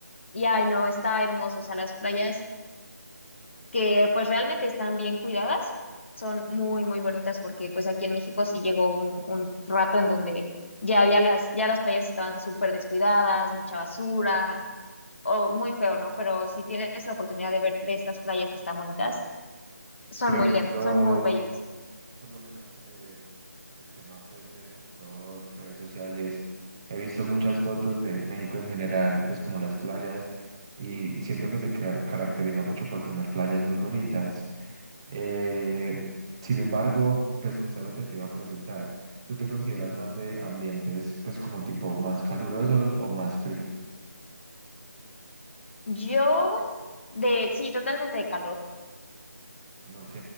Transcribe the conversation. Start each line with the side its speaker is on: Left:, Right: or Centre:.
Left: y ay no, está hermoso, o sea, las playas que pues realmente están bien cuidadas. Son muy, muy bonitas porque pues aquí en México sí llegó un, un rato en donde ya había las, ya las playas estaban súper descuidadas, mucha basura, o muy feo, ¿no? Pero si tienes la oportunidad de ver de estas playas que están bonitas, son
Right: Yo
Left: muy
Right: he visto
Left: lindas, son muy bellas.
Right: por lo menos eh, el tema pues de TikTok, redes sociales, he visto muchas fotos de México en general, pues como las playas, y siento que se ca- caracteriza mucho por tener playas muy bonitas. Eh, sin embargo, pues justamente te iba a preguntar, ¿tú te consideras más de ambientes pues como tipo más calurosos o más fríos?
Left: Yo, de, sí, totalmente de calor.
Right: Ok,